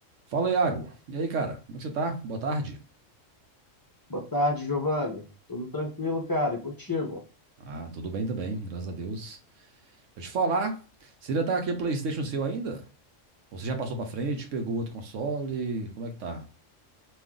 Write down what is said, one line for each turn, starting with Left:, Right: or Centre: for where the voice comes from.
Right: Fala, Iago. E aí, cara? Como é que você tá? Boa tarde.
Left: Boa tarde, Giovanni. Tudo tranquilo, cara? E contigo?
Right: Ah, tudo bem também, graças a Deus. Deixa eu te falar, você ainda tá aqui o PlayStation seu ainda? Ou você já passou pra frente, pegou outro console? Como é que tá?